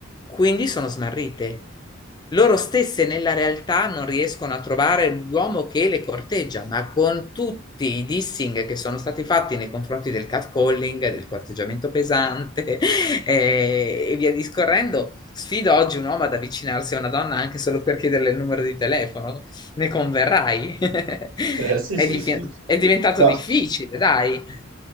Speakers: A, on the left (about 20°); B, on the right (about 75°).
A: quindi sono smarrite. Loro stesse nella realtà non riescono a trovare l'uomo che le corteggia, ma con tutti i dissing che sono stati fatti nei confronti del catcalling, del corteggiamento pesante <laughs> eh, e via discorrendo, sfido oggi un uomo ad avvicinarsi a una donna anche solo per chiederle il numero di telefono. Ne converrai. <laughs>
B: Eh, sì,
A: È,
B: sì,
A: div-
B: sì.
A: è diventato
B: No.
A: difficile, dai.